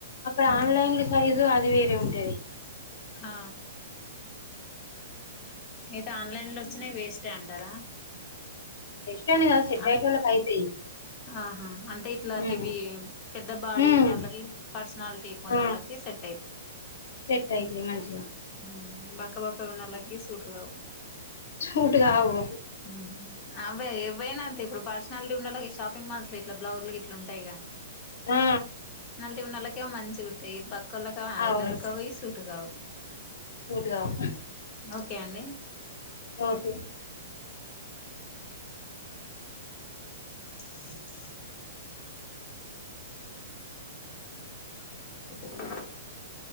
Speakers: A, on the left; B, on the left.
A: అక్కడ
B: ఆహా
A: ఆన్లైన్లో సైజు అది వేరే ఉంటది
B: ఆ అయితే ఆన్లైన్లో వచ్చినవి వేస్టే అంటారా
A: స్ట్ అని కాదు సెట్
B: అదే
A: అయ్యేటోళ్ళకి అయితాయి
B: ఆహా అంటే ఇట్లా
A: ఉమ్
B: హెవీ పెద్ద బాడీ
A: ఉమ్
B: ఉన్నోళ్ళకి పర్సనాలిటీ ఎక్కువ ఉన్నోళ్ళకి
A: ఆ
B: సెట్ అయి అ <inaudible>
A: సెట్ అయితాయి మంచిగా
B: ఉమ్మ్ బక్క బక్కగా ఉన్నోలకి సూట్ కావు
A: సూట్ కావు
B: ఉమ్ అవే ఏవైనా అంతే ఇప్పుడు పర్సనాలిటీ ఉన్నోళ్లకి షాపింగ్ మాల్స్ ఇట్లా బ్లౌజులు గిట్లా ఉంటాయిగా
A: ఆ
B: పట్టి ఉన్నోళ్లకేమో మంచిగుంటాయి బక్కొలకి అయి
A: అవును
B: దొరకవు సుట్‌కావు
A: సూట్ కావు
B: ఓకే అండి
A: ఓకే
B: హ <unintelligible> చెప్ప <inaudible>